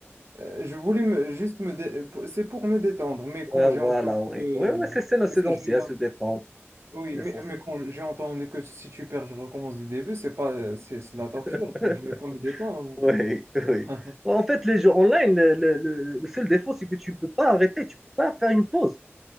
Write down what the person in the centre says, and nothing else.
Ouais,
voilà,
oui.
Oui, ouais, c'est c'est l'essentiel,
se détendre.
c'est
l'essentiel.
<laughs>
Oui, oui.
En fait, les jeux online, le, le- le- le seul défaut, c'est que tu ne peux pas arrêter, tu ne peux pas faire une pause.